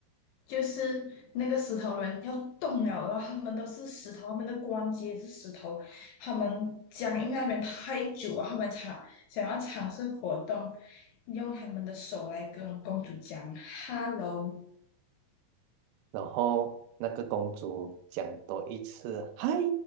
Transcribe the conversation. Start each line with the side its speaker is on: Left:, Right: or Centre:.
Left: 就是那个石头人要动了，然后他们都是石头，他们的关节也是石头，他们僵硬在那边太久了，他们尝想要尝试活动，用他们的手来跟公主讲 “hello”。
Right: 然后那个公主讲多一次“嗨”，